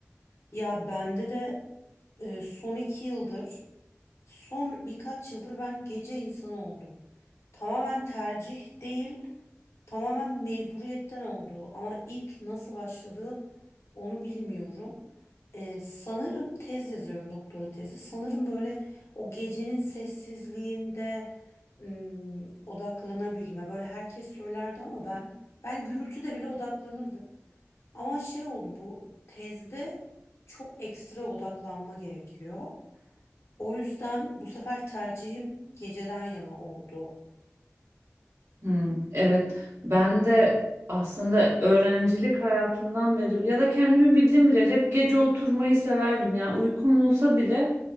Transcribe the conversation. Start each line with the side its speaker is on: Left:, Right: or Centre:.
Left: Ya bende de e, son iki yıldır, son birkaç yıldır ben gece insanı oldum. Tamamen tercih değil tamamen mecburiyetten oldu ama ilk nasıl başladığı onu bilmiyorum. Ee, sanırım tez yazıyorum doktora tezi. Sanırım böyle o gecenin sessizliğinde ım, odaklanabilme. Böyle herkes söylerdi ama ben ben gürültüde bile odaklanırdım. Ama şey oldu bu tezde çok ekstra odaklanma gerekiyor. O yüzden bu sefer tercihim geceden yana oldu.
Right: Hmm, evet ben de aslında öğrencilik hayatından beri ya da kendimi bildim bile hep gece oturmayı severdim. Yani uykum olsa bile